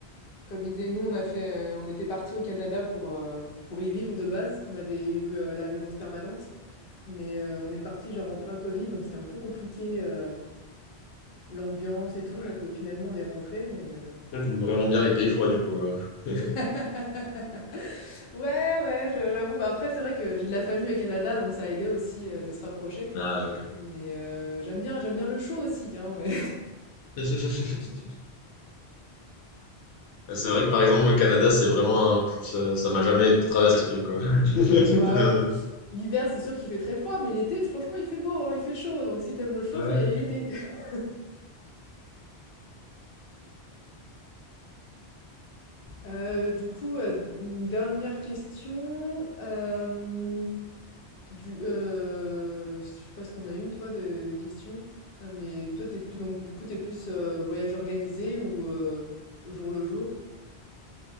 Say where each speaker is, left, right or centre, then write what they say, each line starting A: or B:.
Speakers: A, on the left (about 60°); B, on the left (about 85°).
A: comme idée. Nous, on a fait, heu, on était partis au Canada pour, heu, pour y vivre de base. On avait eu, heu, la résidence permanente. Mais heu, on est parti genre en plein Covid, donc c'était un peu compliqué, heu, l'ambiance et tout,
B: Ouais.
A: donc heu, finalement on est rentré. mais heu
B: J'aime Vraiment bien les pays froids du coup. euh. <laughs>
A: <laughs> Ouais, ouais, je j'avoue. Bah, après, c'est vrai que j'ai de la famille au Canada, donc ça a aidé aussi, heu, de se rapprocher.
B: Ah, ok.
A: Mais heu, j'aime bien j'aime bien le chaud aussi, hein, mais
B: <laughs> Euh, C'est vrai que par exemple, moi, Canada, c'est vraiment un- ça, ça m'a jamais traversé l'esprit, quoi. <laughs>
A: <laughs> bah, heu, l'hiver, c'est sûr qu'il fait très froid, mais l'été, franchement, il fait beau, hein, il fait chaud, donc si t'aimes le chaud,
B: Ouais.
A: faut y aller l'été. <laughs> Heu, du coup, heu, mmh, dernière question, hem Du, heu, je sais pas si t'en as une toi de de question, heu, mais toi t'es plus donc du coup t'es plus, heu, voyage organisé ou, heu, au jour le jour?